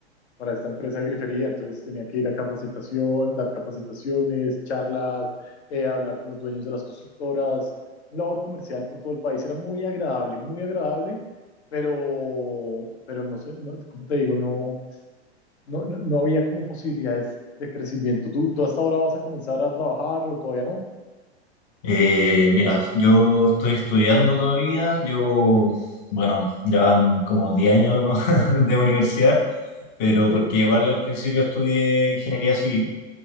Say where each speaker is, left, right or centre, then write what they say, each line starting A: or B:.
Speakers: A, on the left; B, on the left.
A: para esta empresa de grifería, entonces tenía que ir a capacitación, dar capacitaciones, charlas, eh, hablar con los dueños de las constructoras, labor comercial por todo el país, era muy agradable, muy agradable, pero, pero no sé, no, como te digo, no, no, no, no había como posibilidades de crecimiento. ¿Tú, tú hasta ahora vas a comenzar a trabajar o todavía no?
B: Eh, mira, yo estoy estudiando todavía, llevo, bueno, ya van como 10 años <laughs> de universidad, pero
A: Eh,
B: porque igual al principio estudié ingeniería civil.